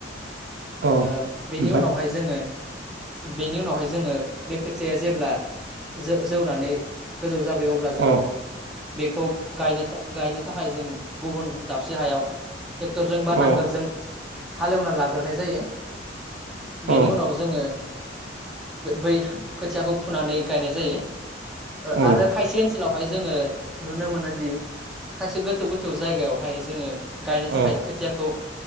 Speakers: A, on the right (about 65°); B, in the centre.
A: औ ओमफ्राय
B: ओ बेनि उनावहाय जोङो बेनि उनावहाय जोङो बे खोथिया जेब्ला जो जौनानै गोजौ जाबोयो अब्ला जों
A: अ
B: बेखौ गायनो था गायनो थाखाय जों गुबुन दाबसे हायाव ट्रेक्टरजों
A: अ
B: बा नांगोलजों हालेवना लाग्रोनाय जायो। बेनि
A: अ
B: उनाव जोङो बै खोथियाखौ फुनानै गायनाय जायो। ओ
A: अ
B: आरो खायसे ओनसोलावहाय जोङो नुनो मोनो दि खायसे गोथौ गोथौ जायगायावहाय जोङो गायनो थाखाय
A: अ
B: खोथियाखौ